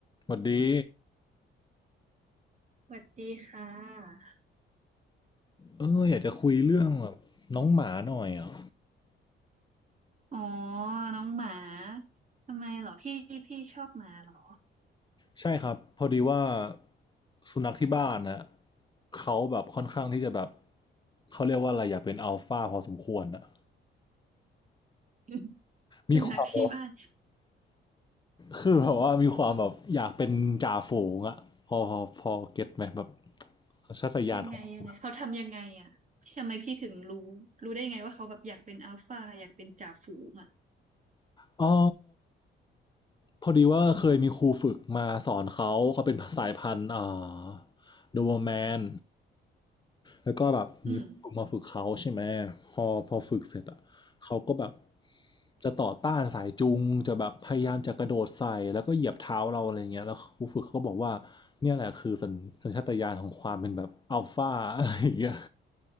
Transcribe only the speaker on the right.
สวัสดีค่ะ
อ๋อ น้องหมา ทำไมเหรอพี่พี่ชอบหมาเหรอ
<laughs>
สุนัขที่บ้าน
ยังไงยังไงเขาทำยังไงอ่ะทำไมพี่ถึงรู้รู้ได้ไงว่าเขาแบบอยากเป็นอัลฟาอยากเป็นจ่าฝูงอ่ะ
อืม